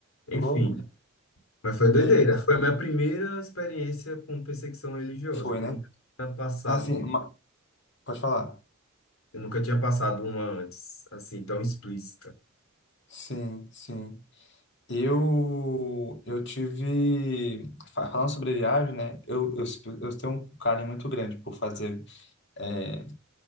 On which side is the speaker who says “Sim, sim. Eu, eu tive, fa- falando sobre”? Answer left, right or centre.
Left